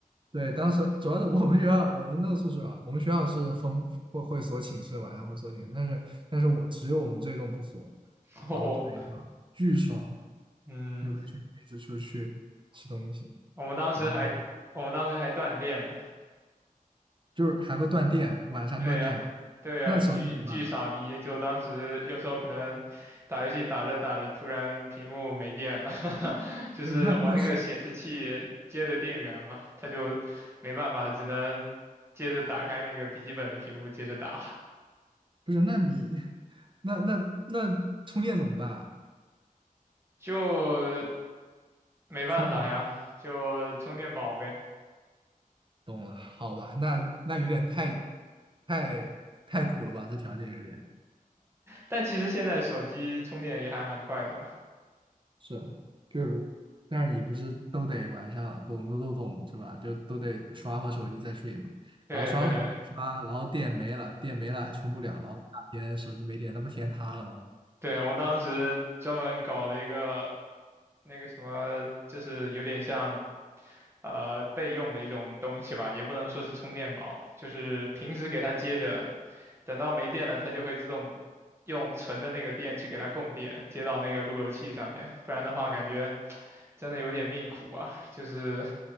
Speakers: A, on the right; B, on the right.
A: 对，当时主要是我们学校，我们那个宿舍啊，我们学校是封会会锁寝室，晚上会锁寝室，但是但是我只有我们这一栋不锁，
B: <laughs> 哦，
A: 然后就等于说巨爽，
B: 嗯，
A: 有个群一直出去吃东西，
B: 我们当时还我们当时还断电呢。
A: 然后就是还会断电，晚上断电，
B: 对呀，对呀，
A: 那手机怎么办？
B: 巨巨傻逼！就当时有时候可能打游戏打着打着，突然屏幕没电了，<laughs> 就是我那个显示器接的电源嘛，
A: 不是那那是
B: 它就没办法，只能接着打开那个笔记本的屏幕接着打，
A: 不是那你 <laughs> 那那那充电怎么办啊？
B: 就没办法呀，
A: 充好，
B: 就充电宝呗。
A: 懂了，好吧，那那有点太太太苦了吧，这条件有点。
B: 但其实现在手机充电也还蛮快的嘛。
A: 是啊就是，但是你不是都得晚上懂懂都懂是吧？就都得刷会手机再睡嘛。
B: 对对，
A: 然后刷会手机刷，然后电没了，电没了还充不了，然后大天手机没电，那不天塌了吗？
B: 对，我们当时专门搞了一个那个什么，就是有点像呃备用的一种东西吧，也不能说是充电宝，就是平时给它接着，等到没电了，它就会自动用存的那个电去给它供电，接到那个路由器上面，不然的话感觉真的有点命苦啊，就是